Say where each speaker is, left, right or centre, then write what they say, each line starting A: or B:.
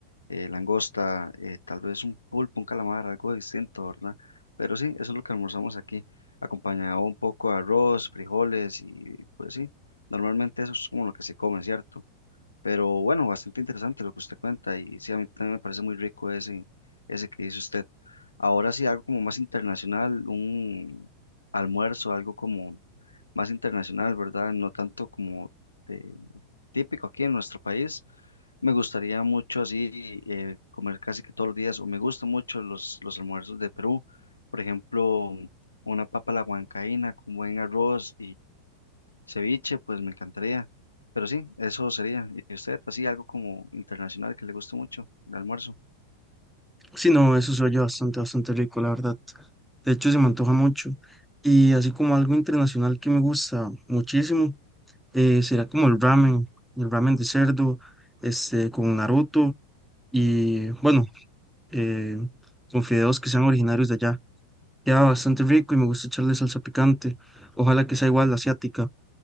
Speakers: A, on the left; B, in the centre.
A: eh, langosta, eh, tal vez un pulpo, un calamar, algo distinto, ¿verdad? Pero sí, eso es lo que almorzamos aquí, acompañado un poco de arroz, frijoles y pues sí, normalmente eso es como lo que se come, ¿cierto? Pero bueno, bastante interesante lo que usted cuenta y sí, a mí también me parece muy rico ese, ese que dice usted. Ahora sí, algo como más internacional, un almuerzo, algo como más internacional, ¿verdad? No tanto como eh, típico aquí en nuestro país. Me gustaría mucho así eh, comer casi que todos los días o me gustan mucho los, los almuerzos de Perú. Por ejemplo, una papa a la huancaína con buen arroz Ceviche, pues me encantaría. Pero sí, eso sería. ¿Y usted, así algo como internacional que le guste mucho, de almuerzo?
B: Sí, no, eso se oye bastante, bastante rico, la verdad. De hecho, se me antoja mucho. Y así como algo internacional que me gusta muchísimo, eh, será como el ramen, el ramen de cerdo, este, con Naruto y, bueno, eh, con fideos que sean originarios de allá. Queda bastante rico y me gusta echarle salsa picante. Ojalá que sea igual la asiática.